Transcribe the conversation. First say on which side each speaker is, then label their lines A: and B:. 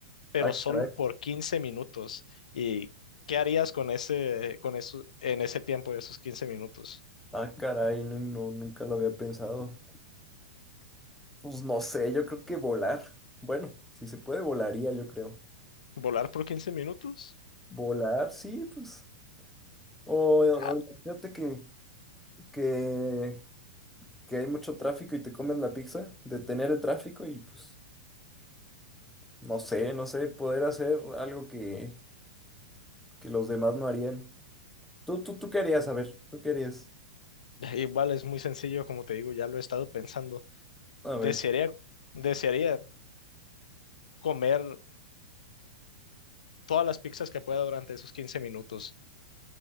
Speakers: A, on the left (about 75°); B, in the centre.
A: pero
B: ah,
A: solo
B: caray,
A: por 15 minutos? ¿Y qué harías con ese, con eso, en ese tiempo de esos 15 minutos?
B: ah, caray, no, no, nunca lo había pensado. Pues no sé, yo creo que volar. Bueno, si se puede, volaría, yo creo.
A: ¿Volar por 15 minutos?
B: Volar, sí, pues. O, o
A: Ah,
B: imagínate que, que, que hay mucho tráfico y te comes la pizza, detener el tráfico y pues, no sé, no sé, poder hacer algo que, que los demás no harían. ¿Tú, tú, tú qué harías? A ver, ¿tú qué harías?
A: <laughs> igual es muy sencillo, como te digo, ya lo he estado pensando.
B: A
A: Desearía,
B: ver.
A: desearía comer. todas las pizzas que pueda durante esos 15 minutos.